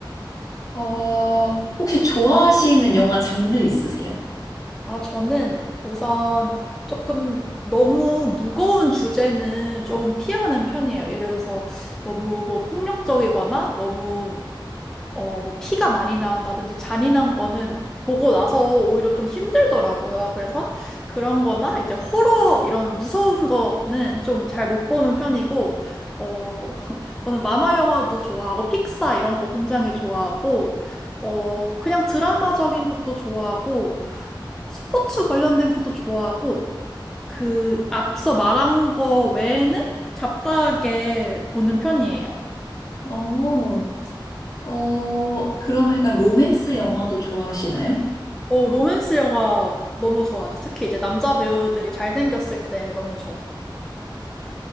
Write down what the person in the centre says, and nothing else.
아, 저는 우선 조금 너무 무거운 주제는 좀 피하는 편이에요. 예를 들어서 너무 뭐 폭력적이거나 너무 어, 뭐 피가 많이 나온다든지 잔인한 거는 보고 나서 오히려 좀 힘들더라고요. 그래서 그런 거나 이제 호러 이런 무서운 거는 좀 잘 못 보는 편이고, 어, <laughs> 저는 만화 영화도 좋아하고 픽사 이런 거 굉장히 좋아하고, 어, 그냥 드라마적인 것도 좋아하고, 스포츠 관련된 것도 좋아하고, 그, 앞서 말한 거 외에는 잡다하게 보는 편이에요.
어, 로맨스 영화 너무 좋아하죠. 특히 이제 남자 배우들이 잘생겼을 때 너무 좋아.